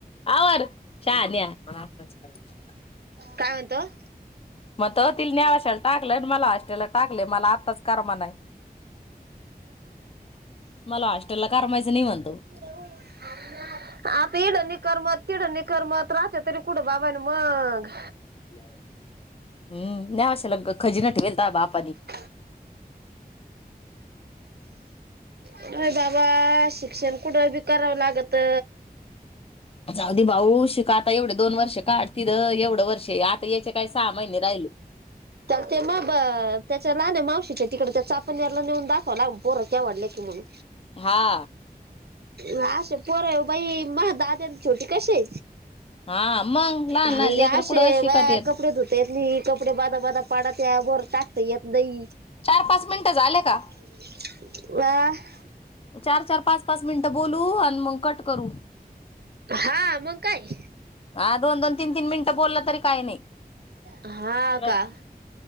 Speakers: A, on the left; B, on the right.
A: आवर शाहण्या, मला आताच करायचंय.
B: काय म्हणतो?
A: म्हणतो तिला नेवाश्याला टाकलं आन् मला हॉस्टेलला टाकलंय मला आत्ताच करमना. मला हॉस्टेल ला करमायचं नाही म्हणतो.
B: <inaudible> आता इडं नही करमत तिडं नही करमत, राहत्या तरी कुठं बाबानो मगं?
A: नेवाश्याला हम, नेवाश्याला ला का खजिना ठेवेलं ये तुवा बाप?
B: <inaudible> म्हणजे बाबा शिक्षण कुठं बी करावं लागतं.
A: जाऊदे भाऊ शिक आता एवढं दोन वर्ष काढ तीदं एवढं वर्ष आहे आता याचे काय सहा महिने राहिले.
B: त्याला त ते माग त्याच्या लहान्या मावशीच्या तिकडं त्या चापुण्याला नेऊन दाखवा लागल पोरं केवाढले की म्हणून
A: हा,
B: मं अशी पोरं हाय व बाई, मग दादया अन् छोटी कशी?
A: हा मग लहान
B: हानगया
A: लहान लेकरं
B: आशे
A: कुठं शिकत
B: बाया
A: येत.
B: कपडे धुत ते नी कपडे बदाबदा पडत्या, वर टाकता येत नई
A: चार, पाच मिनिटं झाले का?
B: व्
A: चार- चार, पाच, पाच मिनिटं बोलू आन् मंग कट करु.
B: हा, मग काय.
A: हा दोन, दोन तीन, तीन मिनिटं बोलला तरी काय नाही.
B: हा
A: आणि काय?
B: का